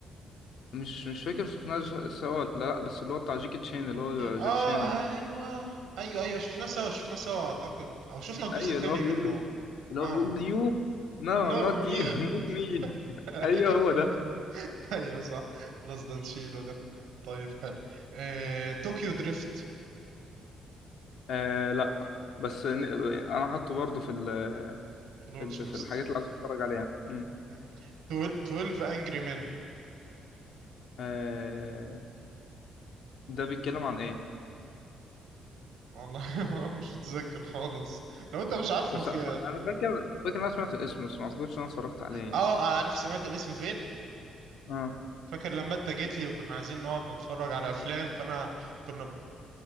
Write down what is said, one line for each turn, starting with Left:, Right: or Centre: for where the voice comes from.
Left: مش مش فاكر شفناه ج- سوا ولا لا بس اللي هو بتاع جيكي تشين اللي هو
Right: اه
Left: جاك شانو
Right: ايوه ايوه ايوه شفناه سوا شفناه سوا اعتقد او شفنا الجزء
Left: ايوه
Right: التاني
Left: اللي هو بيقول
Right: منه
Left: له اللي
Right: اه
Left: هو بيقول له يو نو
Right: نو
Left: نوت
Right: مي
Left: يو نوت مي
Right: <laughs>
Left: <laughs> ايوه هو ده
Right: ايوه صح بلس ده نشيله ده طيب حلو آه، طوكيو دريفت
Left: آه لا بس ن- انا حاطه برضه في ال
Right: <clears throat> في الواتش
Left: في ال
Right: ليست
Left: في الحاجات اللي عايز اتفرج عليها امم
Right: مم. 12 12 انجري مان
Left: آه ده بيتكلم عن ايه
Right: والله <laughs> مش متذكر خالص لو انت مش عارفه
Left: بس
Right: في
Left: انا انا فاكر فاكر ان انا سمعت
Right: مم.
Left: اسمه بس ما اعتقدش ان انا اتفرجت عليه يعني
Right: اه عارف سمعت الاسم فين
Left: اه
Right: فاكر لما انت جيت لي وكنا عايزين نقعد نتفرج على افلام فانا كنا